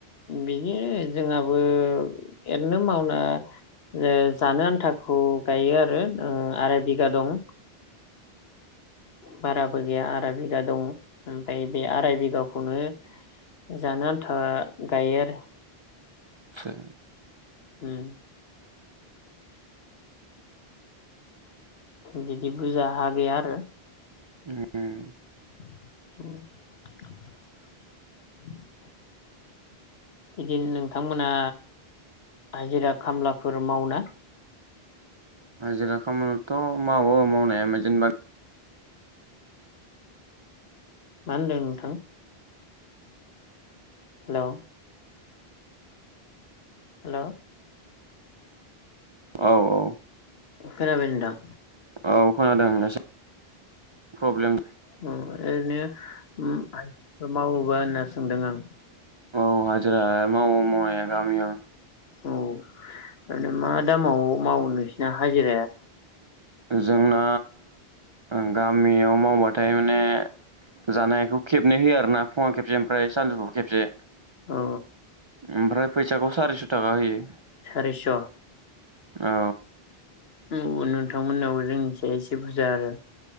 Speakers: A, on the left (about 75°); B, on the right (about 35°).
A: बिदिनो जोंहाबो ओरैनो मावना ओ जानो आन्थाखौ गायो आरो ओआराय बिगा दं। बाराबो गैया आराय बिगा दं ओमफाय बे आराय बिगाखौनो जानो आन्था गायो आरो
B: सा
A: उम बिदि बुरजा हा गैया आरो
B: उम
A: <unintelligible> बिदिनो नोंथांमोना हाजिरा खामलाफोर मावोना?
B: हाजिरा खामानिथ' मावो मावनाया उमाय जेनेबा
A: मा होनदों नोंथां? हेलौ हेलौ
B: औ औ
A: खोनादो नोंथां।
B: औ खोनादों एसे प्रब्लेम
A: उम ओरैनो उम <unintelligible> खौ मावोबा होनना सोंदों आं।
B: अ हाजिरा मावो मावनाया गामियाव।
A: औ ओरैनो मा दामाव मावो नोंसिना हाजिराया?
B: जोंना ओं गामियाव मावबाथाय माने जानायखौ खेबनै होयो आरोना फुङाव खेबसे ओमफ्राय सानजौफुआव खेबसे।
A: औ
B: ओमफ्राय फैसाखौ सारिस' थाखा होयो।
A: सारिस'
B: औ
A: उम नोंथांमोननाव जोंनिसाय एसे बुजा आरो